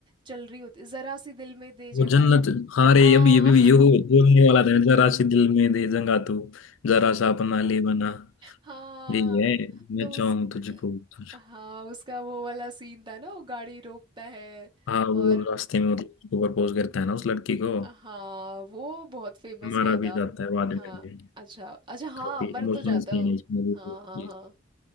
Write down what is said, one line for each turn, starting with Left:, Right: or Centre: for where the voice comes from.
Right: चल रही होती जरा सी दिल में दे जगह
Left: वो जन्नत
Right: तू
Left: हाँ
Right: हाँ
Left: रे अब ये भी ये हो बोलने वाला था जरा सी दिल में दे जगह तू जरा
Right: <laughs>
Left: सा अपना ले बना
Right: हाँ
Left: यही है मैं
Right: तो
Left: चाहूँ
Right: उस
Left: तुझको तुझको
Right: हाँ उसका वो वाला सीन था ना वो गाड़ी रोकता है
Left: हाँ वो
Right: और
Left: रास्ते में मतलब उसको प्रपोज करता है ना उस लड़की को
Right: हाँ वो बहुत फेमस
Left: मारा
Right: हुआ
Left: भी
Right: था
Left: जाता है बाद
Right: हाँ
Left: में भी।
Right: अच्छा अच्छा हाँ
Left: काफी
Right: अमर
Left: इमोशनल
Right: तो जाता
Left: सीन
Right: हो
Left: है इस मूवी
Right: हाँ
Left: को
Right: हाँ
Left: ये।
Right: हाँ